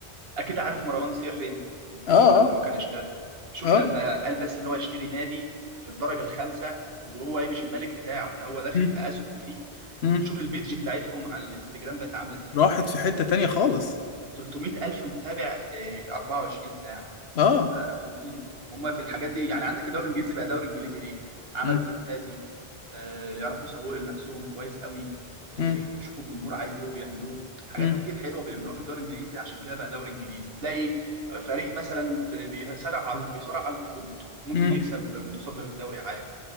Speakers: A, on the right; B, on the left.
A: أكيد عارف مروان سري اليوتيوبر
B: اه اه
A: اللي هو كان اشتغل شوف
B: اه
A: لما قال بس إن هو يشتري نادي في الدرجة الخامسة وهو إيه مش الملك بتاعه ده هو داخل
B: مم،
A: بأسهم فيه
B: مم.
A: شوف البيدج بتاعتهم على الانستجرام بقت عاملة إزاي
B: راحت في حتة تانية خالص
A: 300 ألف متابع في 24 ساعة
B: اه
A: آه، هم هم في الحاجات دي يعني عندك الدوري الانجليزي بقى دوري انجليزي ليه؟ عملوا
B: مم،
A: فانتازي آه، يعرفوا يسوقوا لنفسهم كويس قوي آه،
B: مم،
A: بيشوفوا الجمهور عايز ايه وبيعملوه حاجات
B: مم،
A: كتير حلوه بيعملوها في الدوري الانجليزي عشان كده بقى دوري انجليزي تلاقي فريق مثلا في- بيصارع على بيصارع على الهبوط ممكن
B: مم.
A: يكسب متصدر الدوري عادي